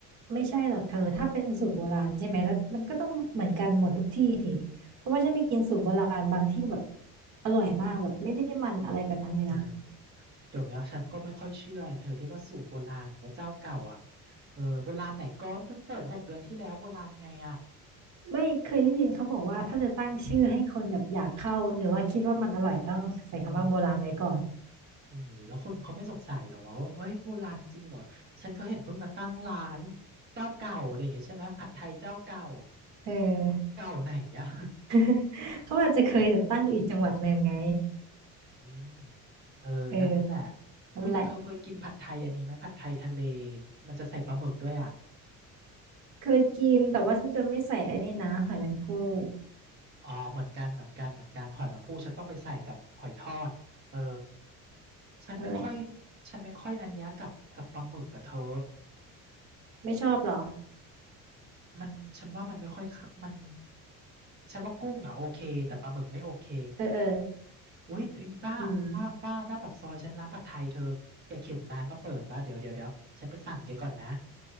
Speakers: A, on the right (about 55°); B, on the right (about 30°).
A: ไม่ใช่หรอกเธอถ้าเป็นสูตรโบราณใช่ไหมแล้วมันก็ต้องเหมือนกันหมดทุกที่ทีเพราะว่าฉันไปกินสูตรโบราณบางที่ก็แบบอร่อยมากแบบไม่ได้มันอะไรแบบนั้นเลยนะ
B: เออเดี๋ยวเนี้ยฉันก็ไม่ค่อยเชื่อเธอที่ว่าสูตรโบราณหรือว่าเจ้าเก่าอ่ะเออโบราณไหนก้อนเพิ่งเปิดหกเดือนที่แล้วโบราณยังไงอ่ะ
A: ไม่เคยได้ยินเขาบอกว่าถ้าจะตั้งชื่อให้คนแบบอยากเข้าหรือว่าคิดว่ามันอร่อยต้องใส่คำว่าโบราณไว้ก่อน
B: เออโอ้ยแล้วคนเขาไม่สงสัยหรอว่าเอ้ยโบราณจริงเหรอฉันก็เห็นเพิ่งมาตั้งร้านเจ้าเก่าอะไรอย่างเงี้ยใช่ไหมผัดไทยเจ้าเก่า
A: เออ
B: เก่าไหนอ่ะ
A: <laughs> เขาอาจจะเคยแบบตั้งอยู่อีกจังหวัดหนึ่งไง
B: อืมเออนั่นแหละ
A: เออ
B: อุ้ยแต่เธอเคยกินผัดไทยอันนี้ไหมผัดไทยทะเล
A: นั่นแหละ
B: มันจะใส่ปลาหมึกด้วยอ่ะ
A: เคยกินแต่ว่าฉันจะไม่ใส่ไอ้นี่นะหอยแมงภู่
B: อ๋อเหมือนกันเหมือนกันเหมือนกันหอยแมงภู่ฉันต้องไปใส่กับหอยทอดเออฉันไม่ค่อย
A: นั่นแหละ
B: ฉันไม่ค่อยอันเนี้ยกับกับปลาหมึกกับเธอ
A: ไม่ชอบเหรอ
B: มันฉันว่ามันไม่ค่อยเข้ามันฉันว่ากุ้งอ่ะโอเคแต่ปลาหมึกไม่โอเค
A: เออเออ
B: อุ้ยเดี๋ยวอีป้าป้าป้าหน้าปากซอยฉันร้านผัดไทยเธอแกเข็นร้านมาเปิดแล้วเดี๋ยวเดี๋ยวเดี๋ยวฉันไปสั่งแกก่อนนะ
A: อืม